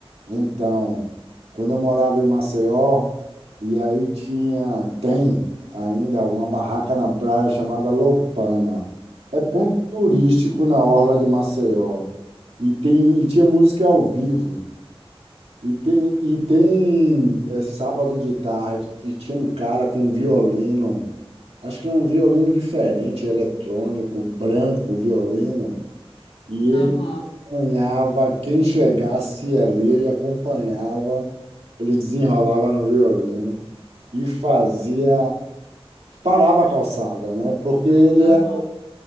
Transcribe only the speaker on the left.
Hum,
aham,
aham.